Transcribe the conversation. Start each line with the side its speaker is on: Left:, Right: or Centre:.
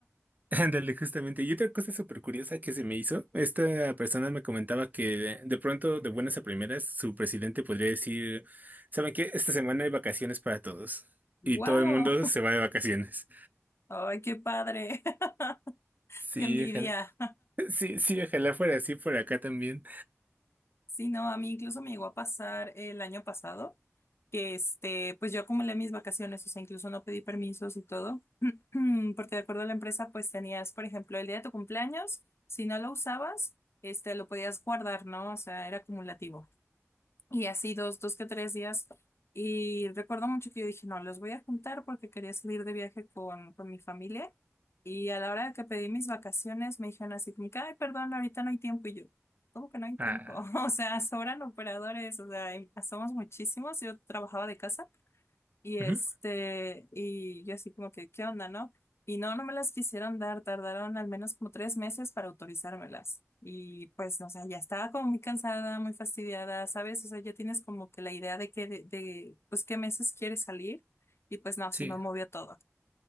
Right: <laughs> Ándale, justamente. Y otra cosa súper curiosa que se me hizo, esta persona me comentaba que de, de pronto, de buenas a primeras, su presidente podría decir, ¿saben qué? Esta semana hay vacaciones para todos.
Left: Wow.
Right: Y todo el mundo
Left: <laughs>
Right: se va de vacaciones.
Left: Ay, qué padre. <laughs>
Right: Sí,
Left: Qué envidia.
Right: ojalá. <laughs> Sí, sí, ojalá fuera así por acá también.
Left: Sí, no, a mí incluso me llegó a pasar el año pasado que este, pues yo acumulé mis vacaciones, o sea, incluso no pedí permisos y todo, <clears throat> porque de acuerdo a la empresa, pues tenías, por ejemplo, el día de tu cumpleaños, si no lo usabas, este, lo podías guardar, ¿no? O sea, era acumulativo. Y así dos, dos que tres días. Y recuerdo mucho que yo dije, no, los voy a juntar porque quería salir de viaje con, con mi familia. Y a la hora que pedí mis vacaciones, me dijeron así, como que, ay, perdón, ahorita no hay tiempo. Y yo, ¿cómo que no hay tiempo?
Right: Ah,
Left: <laughs> O sea, sobran operadores, o sea, hay- somos muchísimos. Yo trabajaba de casa. Y este,
Right: ujú,
Left: y yo así como que, ¿qué onda, no? Y no, no me las quisieron dar, tardaron al menos como tres meses para autorizármelas. Y pues, no, o sea, ya estaba como muy cansada, muy fastidiada, ¿sabes? O sea, ya tienes como que la idea de que, de, de, pues, qué meses quieres salir. Y pues, no,
Right: Sí,
Left: se me movió todo.